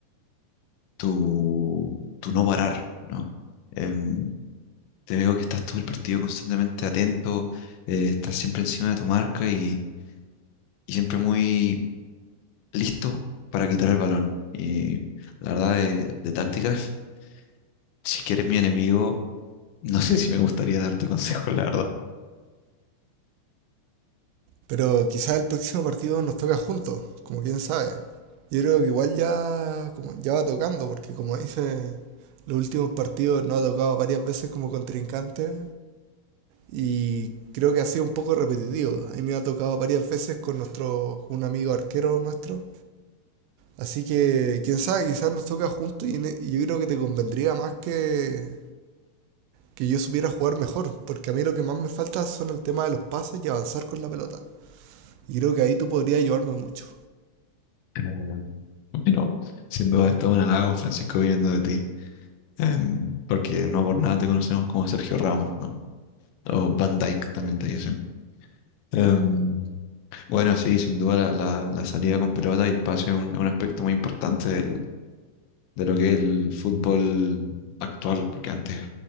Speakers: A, on the left (about 80°); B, on the right (about 85°).
A: tu, tu no parar, ¿no? Em, te veo que estás todo el partido constantemente atento, eh, estás siempre encima de tu marca y, y siempre muy listo para quitar el balón. Y la verdad, de, de tácticas, si quieres mi enemigo, <laughs> no sé si me gustaría darte <laughs> consejos, la verdad.
B: Pero quizás el próximo partido nos toca juntos, como quién sabe. Yo creo que igual ya, como, ya va tocando, porque como dice, los últimos partidos nos ha tocado varias veces como contrincante y creo que ha sido un poco repetitivo. A mí me ha tocado varias veces con nuestro, un amigo arquero nuestro. Así que, quién sabe, quizás nos toca juntos y, en- e- y yo creo que te convendría más que, que yo supiera jugar mejor, porque a mí lo que más me falta son el tema de los pases y avanzar con la pelota. Y creo que ahí tú podrías ayudarme mucho.
A: Em, bueno, sin duda, esto es un halago, Francisco, viniendo de ti. Em, porque no por nada te conocemos como Sergio Ramos, ¿no? O Van Dyke también te dicen. Em, bueno, sí, sin duda la, la- la salida con pelota y el pase es un, un aspecto muy importante del- de lo que es el fútbol actual, porque antes,